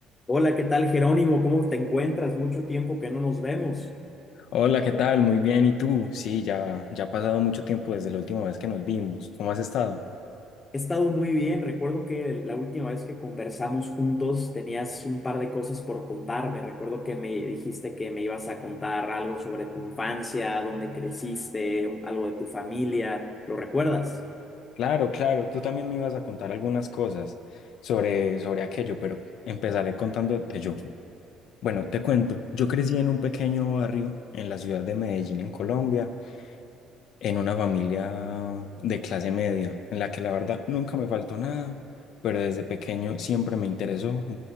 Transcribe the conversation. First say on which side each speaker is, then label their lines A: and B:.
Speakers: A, on the left; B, on the left.
A: Hola, ¿qué tal, Jerónimo? ¿Cómo te encuentras? Mucho tiempo que no nos vemos.
B: Hola, ¿qué tal? Muy bien, ¿y tú? Sí, ya, ya ha pasado mucho tiempo desde la última vez que nos vimos. ¿Cómo has estado?
A: He estado muy bien. Recuerdo que la última vez que conversamos juntos tenías un par de cosas por contarme. Recuerdo que me dijiste que me ibas a contar algo sobre tu infancia, dónde creciste, un- algo de tu familia. ¿Lo recuerdas?
B: Claro, claro, tú también me ibas a contar algunas cosas sobre, sobre aquello, pero empezaré contándote yo. Bueno, te cuento, yo crecí en un pequeño barrio en la ciudad de Medellín, en Colombia, en una familia de clase media, en la que la verdad nunca me faltó nada, pero desde pequeño siempre me interesó